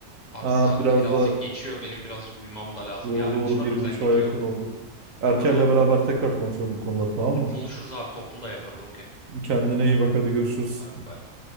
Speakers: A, on the left; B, on the right.
A: abi
B: Ha,
A: saatte
B: biraz
A: birazcık
B: da
A: geçiyor benim birazcık uyumam da lazım.
B: Doğru
A: Yarın
B: doğru
A: iş var
B: bir
A: o yüzden
B: buçuğa
A: gidiyorum.
B: yakın oldu. Erker'le
A: Tamam.
B: beraber tekrar konuşalım bu konuları tamam mı?
A: Konuşuruz abi toplu da yaparız okey.
B: Kendine iyi bak hadi görüşürüz.
A: Hadi bay bay.